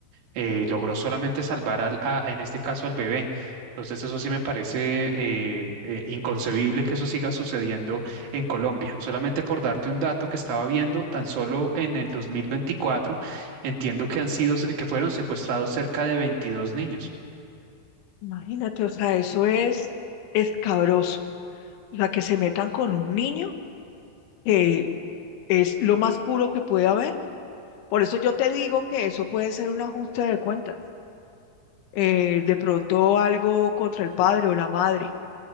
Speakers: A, on the right (about 85°); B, on the left (about 80°).
A: Eh, logró solamente salvar al, a- en este caso al bebé. Entonces, eso sí me parece eh, eh, inconcebible que eso siga sucediendo en Colombia. Solamente por darte un dato que estaba viendo, tan solo en el 2024, entiendo que han sido, que fueron secuestrados cerca de 22 niños.
B: Imagínate, o sea, eso es escabroso. O sea, que se metan con un niño que es lo más puro que puede haber. Por eso yo te digo que eso puede ser un ajuste de cuentas. eh, de pronto algo contra el padre o la madre,